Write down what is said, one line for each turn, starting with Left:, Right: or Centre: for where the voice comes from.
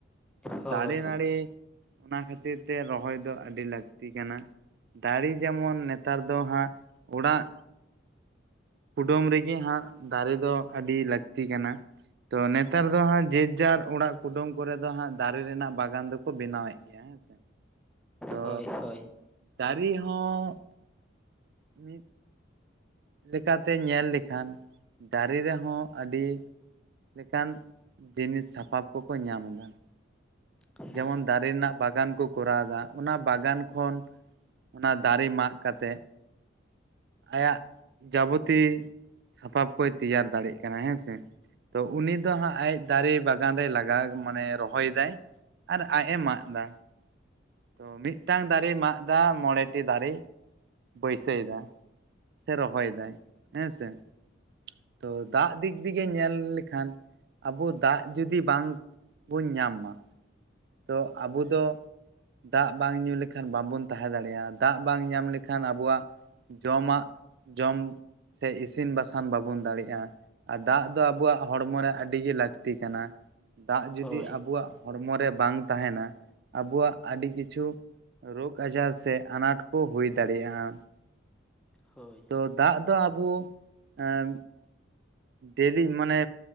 Right: ᱛᱚ
Centre: ᱦᱳᱭ
Right: ᱫᱟᱨᱮ ᱱᱟᱹᱲᱤ ᱚᱱᱟ ᱠᱷᱟᱹᱛᱤᱨ ᱛᱮ ᱨᱚᱦᱚᱭ ᱫᱚ ᱟᱹᱰᱤ ᱞᱟᱹᱠᱛᱤ ᱠᱟᱱᱟ᱾ ᱫᱟᱲᱮ ᱡᱮᱢᱚᱱ ᱱᱮᱛᱟᱨ ᱫᱚ ᱦᱟᱸᱜ ᱚᱲᱟᱜ ᱠᱩᱰᱟᱹᱢ ᱨᱮᱜᱮ ᱦᱟᱸᱜ ᱫᱟᱨᱮ ᱫᱚ ᱟᱹᱰᱤ ᱞᱟᱹᱠᱛᱤ ᱠᱟᱱᱟ ᱾ ᱛᱚ ᱱᱮᱛᱟᱨ ᱫᱚ ᱦᱟᱸᱜ ᱡᱮ ᱡᱟᱨ ᱚᱲᱟᱜ ᱠᱩᱰᱟᱹᱢ ᱠᱚᱨᱮ ᱫᱚ ᱦᱟᱸᱜ ᱫᱟᱨᱮ ᱨᱮᱱᱟᱜ ᱵᱟᱜᱟᱱ ᱫᱚᱠᱚ ᱵᱮᱱᱟᱣᱮᱫ ᱜᱮᱭᱟ᱾ ᱦᱮᱸ ᱥᱮ ᱛᱚ
Centre: ᱦᱳᱭ ᱦᱳᱭ
Right: ᱫᱟᱨᱮ ᱦᱚᱸ ᱢᱤᱫ ᱞᱮᱠᱟᱛᱮ ᱧᱮᱞ ᱞᱮᱠᱷᱟᱱ ᱫᱟᱨᱮ ᱨᱮᱦᱚᱸ ᱟᱹᱰᱤ ᱞᱮᱠᱟᱱ ᱡᱤᱱᱤᱥ ᱥᱟᱯᱟᱵ ᱠᱚᱠᱚ ᱧᱟᱢ ᱮᱫᱟ ᱾
Centre: ᱦᱮᱸ
Right: ᱡᱮᱢᱚᱱ ᱫᱟᱨᱮ ᱨᱮᱱᱟᱜ ᱵᱟᱜᱟᱱ ᱠᱚ ᱠᱚᱨᱟᱣ ᱮᱫᱟ ᱚᱱᱟ ᱵᱟᱜᱟᱱ ᱠᱷᱚᱱ ᱚᱱᱟ ᱫᱟᱨᱮ ᱢᱟᱜ ᱠᱟᱛᱮᱫ, ᱟᱭᱟᱜ ᱡᱟᱵᱚᱛᱤᱭ ᱥᱟᱯᱟᱵ ᱠᱚᱭ ᱛᱮᱭᱟᱨ ᱫᱟᱲᱮᱜ ᱠᱟᱱᱟ ᱦᱮᱸ ᱥᱮ ᱛᱚ ᱩᱱᱤ
Centre: ᱦᱮᱸ
Right: ᱫᱚ ᱦᱟᱸᱜ ᱟᱡ ᱫᱟᱨᱮ ᱵᱟᱜᱟᱱ ᱨᱮᱭ ᱞᱟᱜᱟᱣ ᱢᱟᱱᱮ ᱨᱚᱦᱚᱭᱮᱫᱟᱭ ᱾ ᱟᱨ ᱟᱡ ᱮ ᱢᱟᱜ ᱫᱟ ᱾ ᱛᱚ ᱢᱤᱫᱴᱟᱝ ᱫᱟᱨᱮᱭ ᱢᱟᱜ ᱫᱟ ᱢᱚᱬᱮ ᱴᱤ ᱫᱟᱨᱮᱭ ᱵᱟᱹᱭᱥᱟᱹᱣ ᱮᱫᱟ ᱾ ᱥᱮ ᱨᱚᱦᱚᱭ ᱫᱟᱭ ᱦᱮᱸ ᱥᱮ ᱾ ᱛᱚ ᱫᱟᱜ ᱫᱤᱠ ᱫᱤᱜᱮ ᱧᱮᱞ ᱞᱮᱠᱷᱟᱱ ᱾ ᱟᱵᱚ ᱫᱟᱜ ᱡᱩᱫᱤ ᱵᱟᱝ ᱵᱚᱱ ᱧᱟᱢ ᱢᱟ ᱛᱚ ᱟᱵᱚ ᱫᱚ ᱫᱟᱜ ᱵᱟᱝ ᱧᱩ ᱞᱮᱠᱷᱟᱱ ᱵᱟᱝᱵᱚᱱ ᱛᱟᱦᱮᱸ ᱫᱟᱲᱮᱭᱟᱜᱼᱟ ᱫᱟᱜ ᱵᱟᱝ ᱧᱟᱢ ᱞᱮᱠᱷᱟᱱ ᱟᱵᱚᱣᱟᱜ ᱡᱚᱢᱟᱜ ᱡᱚᱢ ᱥᱮ ᱤᱥᱤᱱ ᱵᱟᱥᱟᱝ ᱵᱟᱵᱚᱱ ᱫᱟᱲᱮᱭᱟᱜᱼᱟ᱾ ᱟᱨ ᱫᱟᱜ ᱫᱚ ᱟᱵᱚᱣᱟᱜ ᱦᱚᱲᱢᱚ ᱨᱮ ᱟᱹᱰᱤᱜᱮ ᱞᱟᱹᱠᱛᱤ ᱠᱟᱱᱟ᱾ ᱫᱟᱜ ᱡᱩᱫᱤ
Centre: ᱦᱳᱭ
Right: ᱟᱵᱚᱣᱟᱜ ᱦᱚᱲᱢᱚ ᱨᱮ ᱵᱟᱝ ᱛᱟᱦᱮᱱᱟ᱾ ᱟᱵᱚᱣᱟᱜ ᱟᱹᱰᱤ ᱠᱤᱪᱷᱩ ᱨᱳᱜᱽ ᱟᱡᱟᱨ ᱥᱮ ᱟᱱᱟᱴ ᱠᱚ ᱦᱩᱭ ᱫᱟᱲᱮᱭᱟᱜᱼᱟ ᱾
Centre: ᱦᱳᱭ
Right: ᱛᱚ ᱫᱟᱜ ᱫᱚ ᱟᱵᱚ ᱟᱸᱻ ᱰᱮᱞᱤ ᱢᱟᱱᱮ